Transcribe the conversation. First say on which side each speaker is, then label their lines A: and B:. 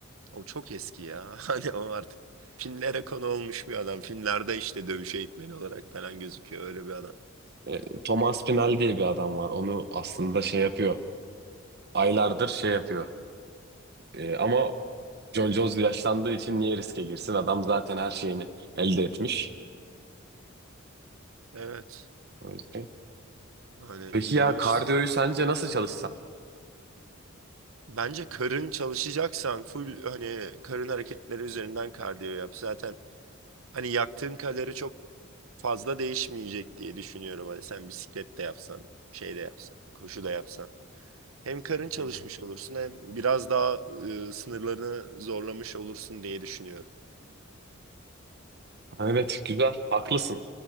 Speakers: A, on the right; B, on the right.
A: O çok eski ya. <laughs> Hani o artık filmlere konu olmuş bir adam. Filmlerde işte dövüş eğitmeni olarak falan gözüküyor öyle bir adam.
B: E, Thomas Pinal diye bir adam var. Onu aslında şey yapıyor. aylardır şey yapıyor. E, ama John Jones yaşlandığı için niye riske girsin? Adam zaten her şeyini elde etmiş.
A: Evet.
B: O yüzden.
A: Hani
B: Peki
A: ilginç.
B: ya kardiyoyu sence nasıl çalışsam?
A: Bence karın çalışacaksan full hani karın hareketleri üzerinden kardiyo yap. Zaten hani yaktığın kalori çok fazla değişmeyecek diye düşünüyorum. Hani sen bisiklet de yapsan, şey de yapsan, koşu da yapsan. Hem karın çalışmış
B: Hmm,
A: olursun hem biraz daha e, sınırlarını zorlamış olursun diye düşünüyorum.
B: Evet güzel haklısın.